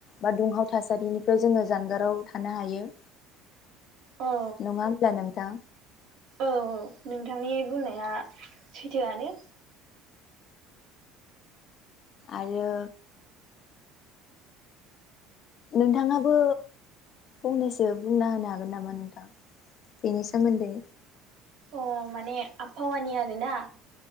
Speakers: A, on the left; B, on the right.
A: बा दुंहाव थासारिनिफ्राय जोङो जानगाराव थानो हायो
B: औ
A: नङा होमब्ला नोंथां
B: औ नोंथांनि बुंनाया सैथोआनो
A: आरो नोंथाङाबो फंनैसो बुंना होनो हागोन नामा नोंथां बेनि सोमोन्दै
B: अ माने आबहावानि आरोना